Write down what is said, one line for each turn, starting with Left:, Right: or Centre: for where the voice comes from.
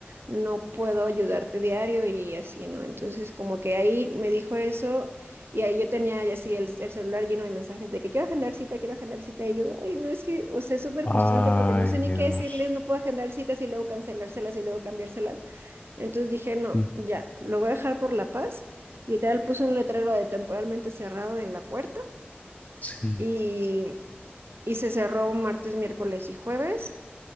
Right: no puedo ayudarte diario y así, ¿no? Entonces, como que ahí me dijo eso y ahí yo tenía ya así el, el celular lleno de mensajes de que quiero agendar cita, quiero agendar cita y yo, ay, no es que, o sea, es súper
Left: Ay,
Right: frustrante porque no sé ni
Left: Dios.
Right: qué decirles, no puedo agendar citas y luego cancelárselas y luego cambiárselas. Entonces dije, no,
Left: Sí.
Right: ya, lo voy a dejar por la paz. Literal puse un letrero de temporalmente cerrado en la puerta.
Left: Sí.
Right: Y y se cerró martes, miércoles y jueves.